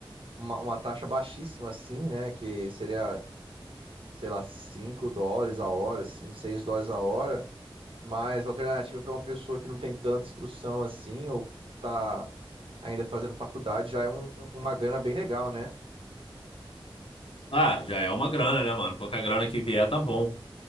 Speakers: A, on the right; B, on the left.
A: uma, uma taxa baixíssima, assim, né? Que seria, sei lá, 5 dólares a hora, assim, 6 dólares a hora. Mas a alternativa para uma pessoa que não tem tanta instrução assim, ou tá ainda fazendo faculdade, já é um- um- uma grana bem legal, né?
B: Ah, já é uma grana, né, mano? Qualquer grana que vier tá bom.